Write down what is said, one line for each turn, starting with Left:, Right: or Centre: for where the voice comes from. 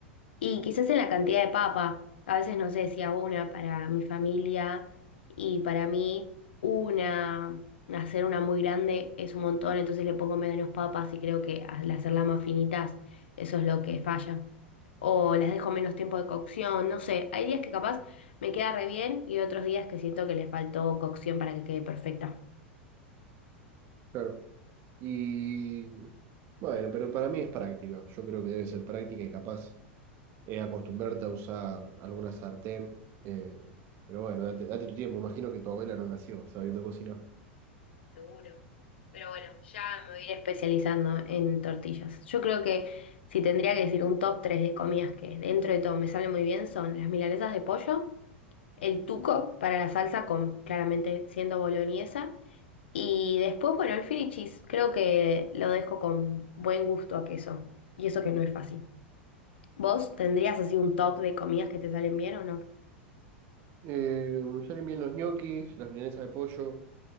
Left: Y quizás en la cantidad de papa, a veces no sé si hago una para mi familia y para mí una, hacer una muy grande es un montón, entonces le pongo menos papas y creo que al hacerlas más finitas, eso es lo que falla. O las dejo menos tiempo de cocción, no sé, hay días que capaz me queda re bien y otros días que siento que le faltó cocción para que quede perfecta.
Right: Claro. Y bueno, pero para mí es práctica. Yo creo que debe ser práctica y capaz eh, acostumbrarte a usar alguna sartén. eh, pero bueno, date, date tu tiempo. Imagino que tu abuela no nació sabiendo cocinar.
Left: seguro. Pero bueno, ya me voy a ir especializando en tortillas. Yo creo que si tendría que decir un top 3 de comidas que dentro de todo me salen muy bien son las milanesas de pollo, el tuco para la salsa con claramente siendo boloñesa y después, bueno, el Philly cheese. Creo que lo dejo con buen gusto a queso y eso que no es fácil. ¿Vos tendrías así un top de comidas que te salen bien o no?
Right: Eh, ya limpié los ñoquis, las milanesas de pollo.